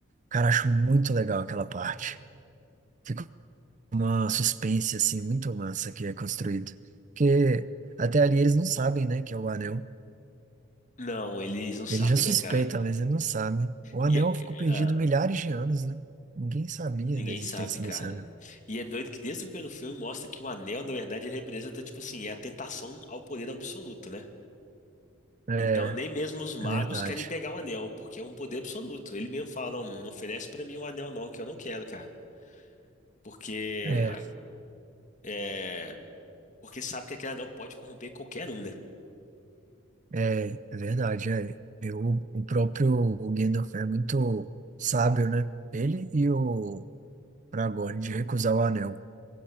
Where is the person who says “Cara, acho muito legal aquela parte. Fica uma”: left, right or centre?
Right